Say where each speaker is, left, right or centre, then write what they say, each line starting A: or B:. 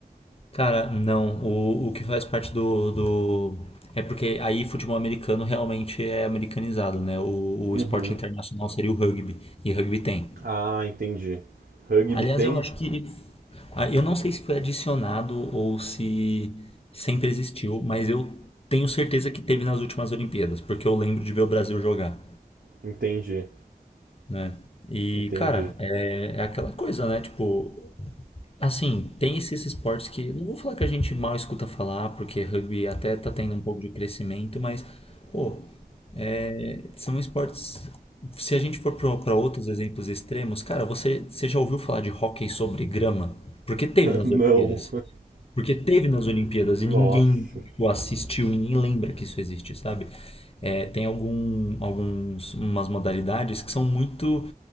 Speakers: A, on the left; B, on the right.
A: Cara, não. O, o que faz parte do, do. É porque aí futebol americano realmente é americanizado, né? O, o
B: Uhum.
A: esporte internacional seria o rugby. E rugby tem.
B: Ah, entendi. Rugby
A: Aliás,
B: tem?
A: eu acho que. ah, Eu não sei se foi adicionado ou se sempre existiu, mas eu tenho certeza que teve nas últimas Olimpíadas, porque eu lembro de ver o Brasil jogar,
B: Entendi.
A: né? E,
B: Entendi.
A: cara, é, é aquela coisa, né? Tipo, Assim, tem esses esportes que, não vou falar que a gente mal escuta falar, porque rugby até tá tendo um pouco de crescimento, mas, pô, eh, são esportes. Se a gente for para outros exemplos extremos, cara, você, você já ouviu falar de hóquei sobre grama? Porque teve nas
B: Não.
A: Olimpíadas. Porque teve nas Olimpíadas
B: <laughs> Nossa.
A: e ninguém o assistiu, ninguém lembra que isso existe, sabe? É, tem algum, alguns, umas modalidades que são muito.